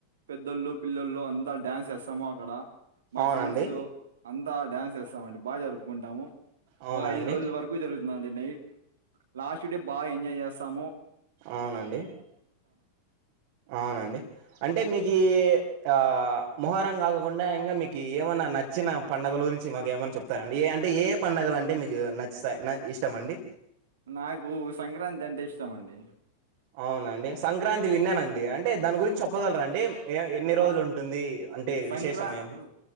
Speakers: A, on the right (about 60°); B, on the right (about 45°).
A: పెద్దళ్ళు పిలల్లోల్లు అంతా డ్యాన్స్ సేస్తాము అక్కడ, మా
B: అవునండి
A: ఫ్రెండ్స్ ఉ. అంతా డ్యాన్స్ సేస్తామండి బాగా జరుపుకుంటాము,
B: అవునండి
A: ఒ ఐదు రోజుల వరకు జరు. నడి నైట్ లాస్ట్ డే బాగా ఎంజాయ్ జెస్తాము.
B: అవునండి అవునండి అంటే మీకీ
A: ఆ,
B: ఏ. ఇంకా మొహరం కాకుండా ఇంగ మీకు ఏమైన్నా నచ్చిన పండుగల గురించి మాకు ఏమైన్నా చెప్తారండి ఏ అ. అంటే ఏ పండుగల అంటే మీకు నచ్చితయ్ నాయ్ ఇష్టం మండి.
A: నాకు సంక్రాంతి అంటే ఇష్టం అండి.
B: అవునండి సంక్రాంతి విన్నానండి, అంటే దాని గురించి చెప్పగలరా అండి, ఎ ఎన్ని రోజులు
A: ఆ
B: ఉంటుంది. అంటే
A: సంక్రా
B: విశేషం ఏం
A: ఉ